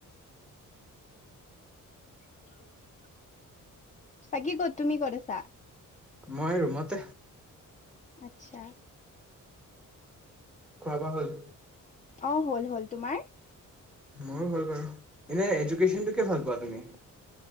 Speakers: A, on the left; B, in the centre.
A: <inaudible> বাকী ক'ত, তুমি ক'ত আছা?
B: মই ৰুমতে।
A: আচ্ছা।
B: খোৱা-বোৱা হল?
A: অ হ'ল, হ'ল, তোমাৰ?
B: মোৰো ভাল বাৰু, এনে এডুকেশচনটো কিয় ভাল পোৱা তুমি?